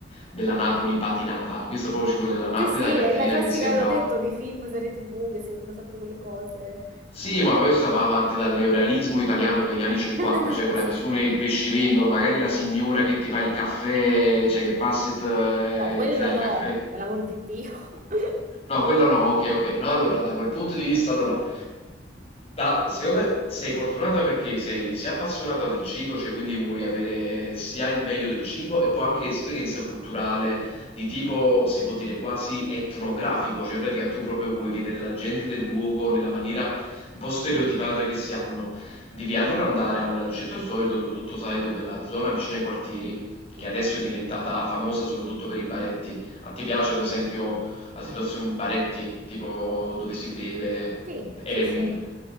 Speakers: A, on the left (about 30°); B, on the right (about 45°).
A: della Napoli patinata, questa proprio ci vuole la Napoli
B: Sì, sì,
A: da cartellina
B: è la classica,
A: che sembra...
B: l'ho detto, di film, serie TV che si vedono sempre quelle cose.
A: Sì, ma questa va avanti dal neorealismo italiano degli anni
B: <laughs>
A: 50, cioè quella
B: Sì.
A: visione del pescivendolo, magari la signora che ti fa il caffè, cioè che passa e t- e
B: No, quello
A: ti dà il
B: no,
A: caffè.
B: per l'amor di Dio. <laughs>
A: No, quello no, ok, ok. No, allora, da quel punto di vista, allora, da- secondo me sei fortunata perché sei sia appassionata del cibo, cioè quindi vuoi avere sia il meglio del cibo e poi anche esperienza culturale di tipo, si può dire, quasi etnografico, cioè in pratica tu proprio vuoi vedere la gente del luogo nella maniera un po' stereotipata che si hanno. Devi allora andare al centro storico, soprattutto sai dove, la zona vicino ai quartieri, che
B: Ok.
A: adesso è diventata famosa soprattutto per i baretti. A te piace, ad esempio la situazione baretti, tipo dove si beve,
B: Sì,
A: è
B: sì,
A: un-
B: sì.